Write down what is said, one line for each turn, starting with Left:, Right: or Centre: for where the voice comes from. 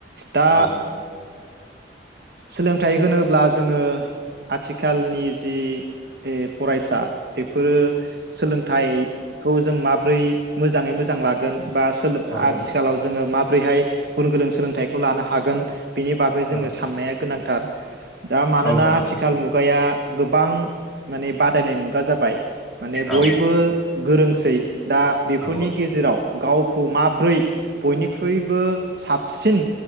Right: दा
Centre: औ
Right: सोलोंथाइ होनोब्ला जोङो आथिखालनि जि फरायसा बेफोरो सोलोंथाइखौ जों माब्रै मोजाङै मोजां लागोन बा सो
Centre: औ
Right: आथिखालाव जोङो मा माबोरैहाय गुन गोनों सोलोंथाइखौ लानो हागोन। बेनि बागै जोङो
Centre: औ
Right: साननाया गोनां थार दा मानोना
Centre: औ गोनां
Right: मुगाया गोबां माने बादायनाय मुगा जाबाय माने बयबो
Centre: औ
Right: गोरोंसै दा बेफोरनि
Centre: औ
Right: गेजेराव गाव खौ माब्रै बयनिख्रुइबो साबसिन